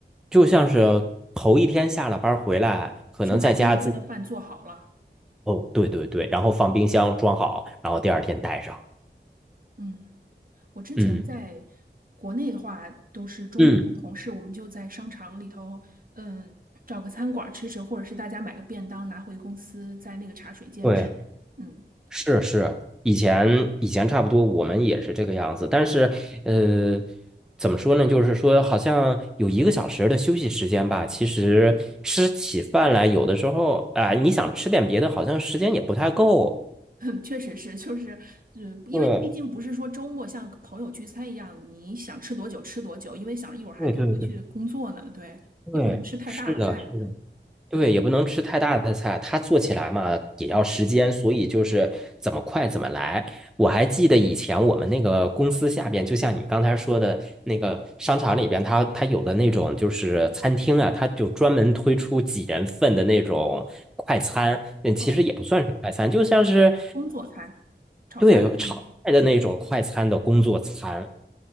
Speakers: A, in the centre; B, on the right.
A: 就像是头一天下了班儿回来，可能在家自己
B: 就把第二天的饭做好了。
A: 哦，对对对，然后放冰箱装好，然后第二天带上。
B: 嗯，我之前在
A: 嗯
B: 国内的话，都是中午跟同事，
A: 嗯，
B: 我们就在商场里头，嗯，找个餐馆儿吃吃，或者是大家买个便当拿回公司，在那个茶水间吃。
A: 对。
B: 嗯。
A: 是是，以前以前差不多，我们也是这个样子。但是，呃，怎么说呢？就是说，好像有一个小时的休息时间吧。其实吃起饭来，有的时候啊、你想吃点别的，好像时间也不太够。
B: <laughs> 确实是，就是，呃，因为毕竟不是说周末像朋友聚餐一样，
A: 对
B: 你想吃多久吃多久，因为想着一会儿还给回去工作呢，
A: 对对对
B: 对，
A: 对，
B: 也不能吃太大的菜。
A: 是的，是的。对，也不能吃太大的菜，它做起来嘛也要时间，所以就是怎么快怎么来。我还记得以前我们那个公司下边，就像你刚才说的那个商场里边，它它有的那种就是餐厅啊，它就专门推出几人份的那种快餐，嗯，其实也不算是快餐，
B: 哦，
A: 就像是
B: 工作餐，炒菜，
A: 对炒菜的那种快餐的工作餐。
B: 嗯